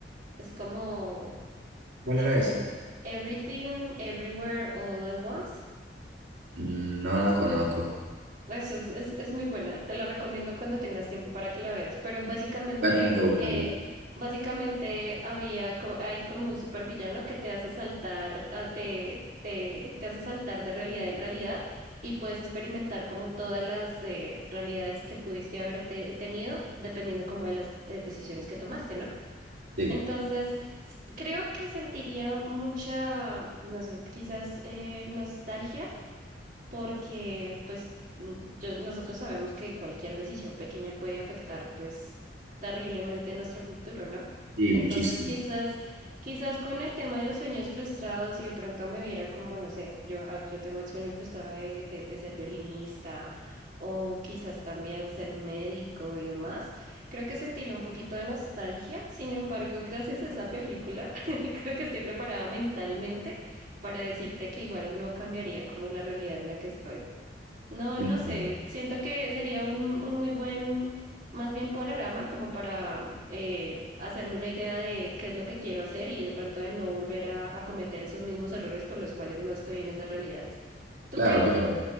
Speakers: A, on the right (about 45°); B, on the right (about 85°).
A: Es como,
B: ¿Cuál
A: ay,
B: era esa?
A: yo no, Everything, Everywhere, All at Once.
B: Mm, No la conozco.
A: Eso es, es, es muy buena, te la recomiendo cuando tengas tiempo para que la veas, pero básicamente,
B: Voy a tener que buscarla.
A: eh, básicamente había, co- hay como un supervillano que te hace saltar, ah, te, te, te hace saltar de realidad en realidad y puedes experimentar como todas las eh, realidades que pudiste haber te- tenido dependiendo como de las eh, decisiones que tomaste, ¿no?
B: Sí,
A: Entonces, s- creo que sentiría mucha, no sé, quizás eh, nostalgia porque pues mm, yo- nosotros sabemos que cualquier decisión pequeña puede afectar pues terriblemente nuestro futuro, ¿no?
B: sí,
A: Entonces
B: muchísimo.
A: quizás, quizás con el tema de los sueños frustrados y de pronto me viera como, no sé, yo, ah, yo tengo el sueño frustrado de, de, de ser violinista o quizás también ser médico y demás, creo que sentiría un poquito de nostalgia, sin embargo, gracias a esa película, <laughs> creo que estoy preparada mentalmente para decirte que igual no cambiaría como la realidad en la que estoy. No,
B: Entiendo.
A: no sé, siento que sería un, un muy buen, más bien panorama como para eh, hacerme una idea de qué es lo que quiero hacer y de pronto de no volver a, a cometer esos mismos errores por los cuales no estoy en esas realidades. ¿Tú
B: Claro,
A: qué, tú,
B: claro.